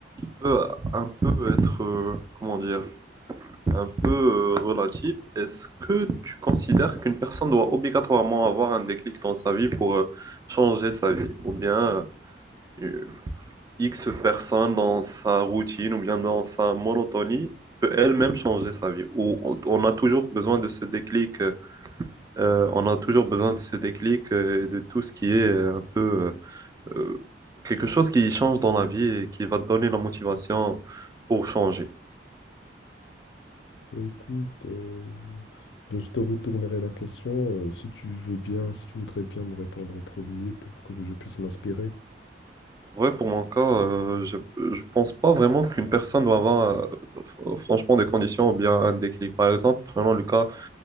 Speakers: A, on the right; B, on the left.
A: peut un peu être, euh, comment dire? un peu euh, relative. Est-ce que tu considères qu'une personne doit obligatoirement avoir un déclic dans sa vie pour euh, changer sa vie? Ou bien euh, X personne dans sa routine ou bien dans sa monotonie peut elle-même changer sa vie? Ou on on a toujours besoin de ce déclic, euh, euh, on a toujours besoin de ce déclic euh, et de tout ce qui est euh, un peu euh, euh, quelque chose qui change dans la vie et qui va te donner la motivation pour changer.
B: Écoute, euh, ben, je te retournerai la question euh, si tu veux bien, si tu voudrais bien me répondre en premier pour que je puisse m'inspirer.
A: Ouais, pour mon cas, euh, je, je pense pas vraiment qu'une personne doit avoir euh, f- franchement des conditions ou bien un déclic. Par exemple, prenons le cas